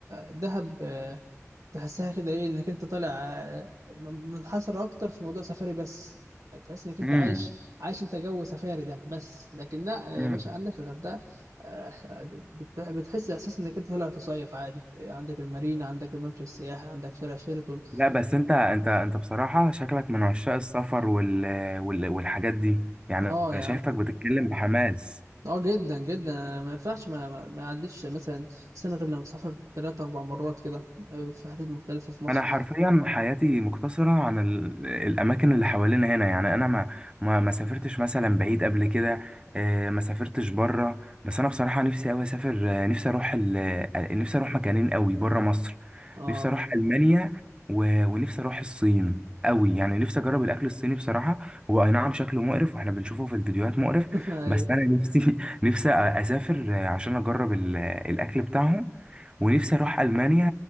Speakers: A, on the right; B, on the right.
A: دهب آه، تحسها كده ايه انك انت طالع آه، م- منحصر اكتر في موضوع سفاري بس تحس انك انت
B: مم.
A: عايش عايش انت جو سفاري ده بس لكن لا يا
B: مم.
A: باشا عندك الغردقه آه، بت- بتحس احساس انك انت طالع تصيف عادي عندك المارينا عندك الممشى السياحي عندك شارع شيراتون
B: لا بس أنت أنت أنت بصراحة شكلك من عشاق السفر وال... وال... والحاجات دي يعني
A: اه
B: أنا
A: يا
B: شايفك
A: عم
B: بتتكلم بحماس
A: اه جدا جدا أنا ما ينفعش ما ما ما اعديش مثلا سنه غير لما اسافر ثلاث اربع مرات كده آه، في حتت مختلفه في مصر
B: انا حرفيا حياتي مقتصره عن ال- الاماكن اللي حوالينا هنا يعني انا ما ما ما سافرتش مثلا بعيد قبل كده آه، ما سافرتش بره بس انا بصراحه نفسي قوي اسافر آه، نفسي اروح ال- آه، نفسي اروح مكانين قوي بره مصر
A: اه
B: نفسي اروح المانيا و- ونفسي اروح الصين قوي يعني نفسي اجرب الاكل الصيني بصراحه هو اي نعم شكله مقرف واحنا بنشوفه في الفيديوهات مقرف
A: <laughs> ايوه
B: بس انا نفسي <laughs> نفسي اسافر آه، عشان اجرب ال- آه، الاكل بتاعهم ونفسي اروح المانيا